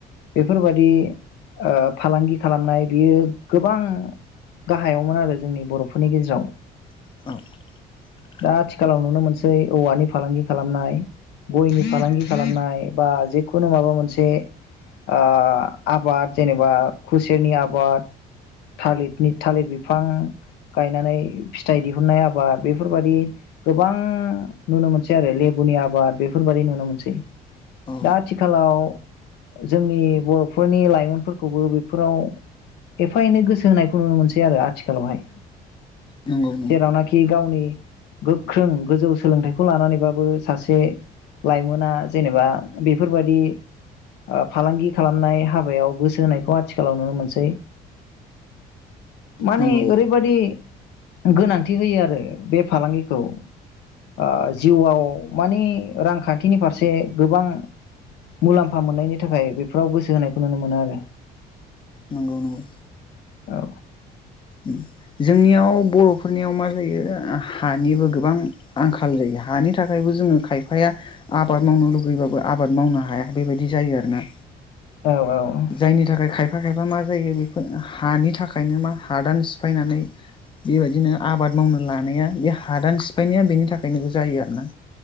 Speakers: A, on the left; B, on the left.
A: बेफोरबादि ओ फालांगि खालामनाय बियो गोबां गाहायावमोन आरो जोंनि बर'फोरनि गेजेराव।
B: <unintelligible>
A: दा आथिखालाव नुनो मोनसै। सै औवानि फालांगि खालामनाय गयनि फालांगि खालामनाय बा जेखुनु माबा मोनसे ओ आबाद जेनेबा खुसेरनि आबाद थालिरनि थालिर बिफां गायनानै फिथाइ दिहुननाय आबाद बेफोरबायदि गोबां नुनो मोनसै आरो लेबुनि आबाद बेफोरबायदि नुनो मोनसै।
B: औ
A: दा आथिखालाव। जोंनि बर'फोरनि लाइमोनफोरखौबो बेफोराव एफा एनै गोसो होनायखौ नुनो मोनसै आरो आथिखालावहाय।
B: नंगौ नंगौ
A: जेरावनाखि गावनि। गोख्रों गोजौ। सोलोंथाइखौ लानानैबाबो सासे लाइमोना जेनेबा बेफोरबायदि ओ फालांगि खालामनाय हाबायाव गोसो होनायखौ आथिखालाव नुनो मोनसै। मानि
B: नंगौ
A: ओरैबायदि। गोनांथि होयो आरो बे फालांगिखौ। ओ जिउआव मानि रांखान्थिनि फारसे गोबां मुलाम्फा मोननायनि थाखाय बेफोराव गोसो होनायखौ नुनो मोनो आरो।
B: नंगौ नंगौ।
A: औ।
B: ओम जोंनियाव बर'फोरनियाव मा जायो हानिबो गोबां आंखाल जायो हानि थाखायबो जोङो खायफाया आबाद मावनो लुगैबाबो आबाद मावनो हाया बेबायदि जायो आरोना।
A: औ औ
B: जायनि
A: औ।
B: थाखाय खायफा खायफा मा जायो बेफोर हानि थाखायनो मा। हादान सिफायनानै बेबायदिनो आबाद मावनो लानाया बे हादान सिफायनाया बेनि थाखायनोबो जायो आरो ना।